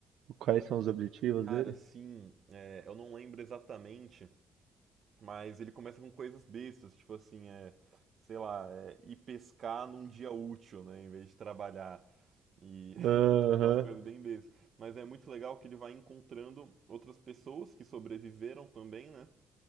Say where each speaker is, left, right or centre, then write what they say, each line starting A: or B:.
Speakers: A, on the right (about 75°); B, on the right (about 50°).
A: Quais são os objetivos
B: Cara,
A: dele?
B: sim, é, eu não lembro exatamente, mas ele começa com coisas bestas, tipo assim, é, sei lá, é, ir pescar num dia útil, né, em vez de trabalhar. E <laughs>
A: Aham.
B: umas coisas bem bestas. Mas é muito legal que ele vai encontrando outras pessoas que sobreviveram também, né?